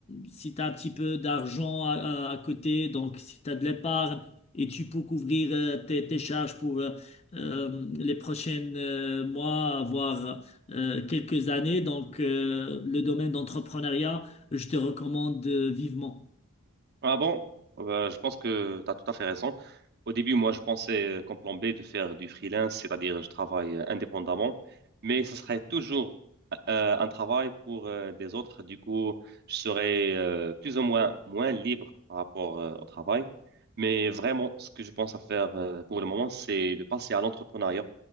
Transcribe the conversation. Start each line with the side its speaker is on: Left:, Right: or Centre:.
Left: si tu as un petit peu d'argent à, à- à côté, donc si tu as de l'épargne et tu peux couvrir euh, tes, tes charges pour euh, euh, les prochaines euh, mois, voire euh, quelques années, donc euh, le domaine d'entrepreneuriat, je te recommande euh, vivement.
Right: Ah bon, Euh, je pense que tu as tout à fait raison. Au début, moi, je pensais euh, comme plan B de faire du freelance, c'est-à-dire je travaille euh, indépendamment, mais ça serait toujours euh, un travail pour euh, des autres. Du coup, je serai euh, plus ou moins moins libre par rapport euh, au travail. Mais vraiment, ce que je pense à faire euh, pour le moment, c'est de passer à l'entrepreneuriat.